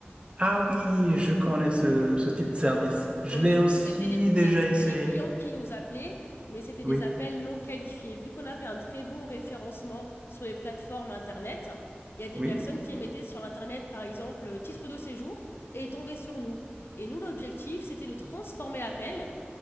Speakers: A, on the right; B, on the left.
A: Ah oui, je connais ce, ce type de service.
B: Donc,
A: Je l'ai
B: du
A: aussi
B: coup, c'était les, pla-
A: déjà
B: c'était
A: essayé.
B: les clients qui nous appelaient, mais c'était des
A: Oui.
B: appels non qualifiés. Vu qu'on avait un très bon référencement sur les plateformes Internet, il y a des
A: oui,
B: personnes qui mettaient sur Internet, par exemple, euh, titre de séjour et tombaient sur nous. Et nous, l'objectif, c'était de transformer l'appel